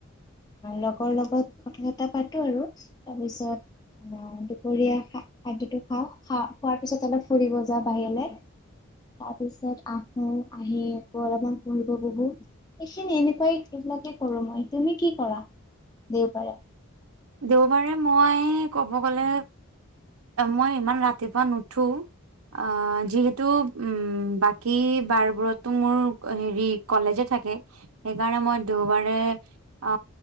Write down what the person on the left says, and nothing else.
লগৰ লগত কথা চ পাতো আৰু তাৰপিছত আহ দুপৰীয়া। খাদ্যটো খাওঁ খ খোৱাৰ পিছত অলপ ফুৰিব যা বাহিৰলৈ তাৰপিছত আহো আহি আকৌ অলপমান পুহিব বহো এইখিনি এনেকুৱাই এইবিলাকে কৰো মই তুমি কি কৰা দেওবাৰে।